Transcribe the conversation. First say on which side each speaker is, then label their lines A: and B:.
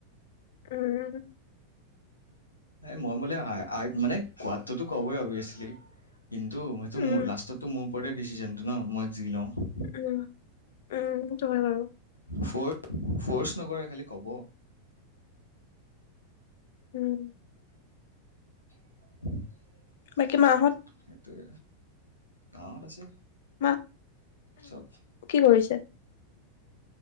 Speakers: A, on the left (about 55°); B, on the left (about 80°).
A: উম্
B: এই মই বোলে আ আৰ্ট মানে, কোৱাতটোতো ক'বৈ অবিয়েচলি। কিন্তু সেইটো,
A: উম,
B: মোৰ লাষ্টততো মোৰ ওপৰতে ডিচিশনটো ন, মই যি লওঁ।
A: উম্, উম্, সেইটো হয় বাৰু।
B: ফ'ৰ্চ, ফ'ৰ্চ নকৰে খালি ক'ব।
A: উম্
B: <unintelligible>
A: বাকী মা হঁত
B: সেইটোৱে, মাহঁত আছে।
A: মা
B: চব
A: কি কৰিছে?